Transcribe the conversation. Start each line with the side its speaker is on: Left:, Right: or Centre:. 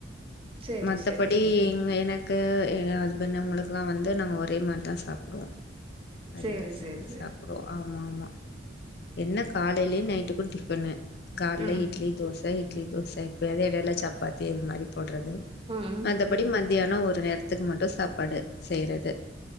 Right: சேரி
Left: மத்தபடி
Right: சேரி
Left: இங் எனக்கு தென்னவங்களுக்குலா வந்து நாங்க ஒரே மாரி தா சாப்டுவோ அதேதா
Right: சேரி
Left: செஞ்சு
Right: சேரி சேரி
Left: சாப்டுவோ ஆமாமா என்ன காலையிலயூ நைட்டுக்கூ டிஃபனு கால்ல
Right: ம்
Left: இட்லி தோஸ் ப இட்லி தோச எப்பையாத் எடைல சப்பாத்தி இது மாரி போட்றது
Right: ம்
Left: மத்தபடி மத் தியானோ ஒரு நேரத்துக்கு மட்டூ சாப்பாடு செய்றது